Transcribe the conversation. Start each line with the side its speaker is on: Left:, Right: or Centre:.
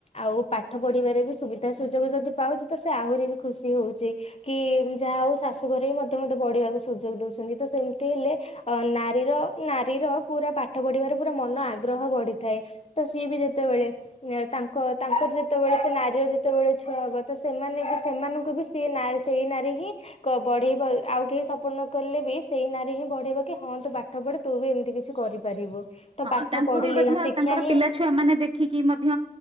Left: ଆଉ ପାଠ ପଢିବାରେ ବି ସୁବିଧା ସୁଯୋଗ ଯଦି ପାଉଛି, ତ ସେ ଆହୁରି ବି ଖୁସି ହଉଛି କି ଯାହା ହଉ ଶାଶୁଘରେ ହିଁ ମଧ୍ୟ ବଢିବାକୁ ସୁଯୋଗ ଦଉଛନ୍ତି, ତ ସେମିତି ହେଲେ ଅ ନାରୀର ନାରୀର ପୁରା ପାଠ ପଢିବାରେ ପୁରା ମନ ଆଗ୍ରହ ବଢିଥାଏ, ତ ସିଏ ବି ଯେତେବେଳେ ତାଙ୍କ ତାଙ୍କର ଯେତେବେଳେ ସେ ନାରୀର ଯେତେବେଳେ ଛୁଆ ହବ ତ ସେମାନେ ବି ସେମାନଙ୍କୁ ବି ସିଏ ସେଇ ନାରୀ ହିଁ ବଢେଇବ ଆଉ କେହି ସପୋର୍ଟ ନ କଲେ ବି ସେଇ ନାରୀ ହିଁ ବଢେଇବ କି ହଁ ତୁ ପାଠ ପଢେ ତୁ ବି ଏମିତି କିଛି କରିପାରିବୁ। ତ
Right: ହଁ
Left: ପାଠ
Right: ତାଙ୍କୁ
Left: ପଢିଲେ
Right: ବି ମଧ୍ୟ
Left: ହିଁ ଶିକ୍ଷା
Right: ତାଙ୍କର
Left: ହିଁ
Right: ପିଲା ଛୁଆ ମାନେ ଦେଖିକି ମଧ୍ୟ